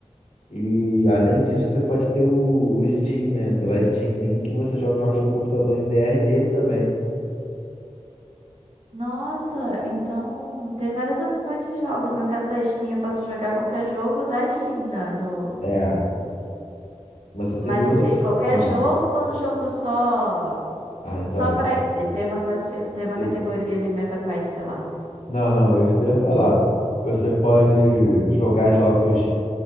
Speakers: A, on the left; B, on the right.
A: E além disso, você pode ter o, o Steam, né? Pela Steam Link, você joga jogos do computador em VR nele também.
B: Nossa, então tem várias opções de jogos. No caso da Steam, eu posso jogar qualquer jogo da Steam, né? Do...
A: É, você tem
B: Mas
A: duas
B: assim,
A: opções.
B: qualquer
A: Ah,
B: jogo ou um jogo só
A: ah, então,
B: só
A: isso,
B: pra ele? Tem uma classifi... tem uma
A: e-
B: categoria ali, MetaQuest, sei lá.
A: não, não, é isso que eu ia falar. Você pode jogar jogos